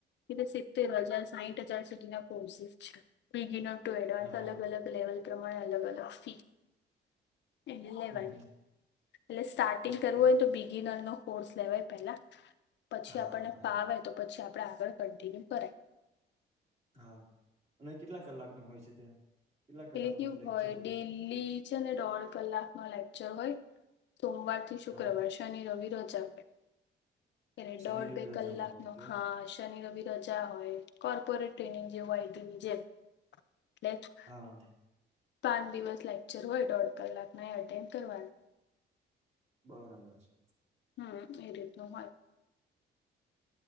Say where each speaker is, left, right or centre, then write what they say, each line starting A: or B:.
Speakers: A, on the left; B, on the right.
A: એટલે સિત્તેર હજાર સાહીઠ હજાર સુધી ના કોર્સીઝ બેગિન્નર
B: હા
A: અલગ અલગ લેવલ પ્રમાણે અલગ અલગ ફી. એટલે લેવાની
B: હમ
A: એટલે સ્ટાર્ટિંગ
B: ઓકે
A: કરવું હોય ને તો બિગિનર નો. કોર્સ લેવાય પેલા પછી
B: હા
A: આપણને
B: હા
A: ફાવે તો પછી. આપડ આગળ કંન્ટિન્યુ કરાય.
B: હા અને કેટલા કલાકનું હોય છે ત્યાં. કેટલા કલાક
A: એટલે કેવું
B: નું લેક્ચર
A: હોય ડિલ્લી
B: છે
A: છે ને ડોઢ કલાક ન લેક્ચર હોય સોમવાર થી શુક્રવાર
B: હા
A: શની રવિ. રજા હોય એને ડોઢ
B: શનિ રવિ
A: બે
B: રજા
A: કલાક
B: હોય
A: નો
B: ઓકે
A: હા શનિ રવિ રજા. હોય કોર્પોરેટ ટ્રેનિંગ જે હોયની જેમ એટલે.
B: હા
A: પાંચ દિવસ લેક્ચર હોય દોઢ કલાક ના એટેન્ડ કરવાના.
B: બરાબર છે.
A: હમ્મ એ રીત વાત.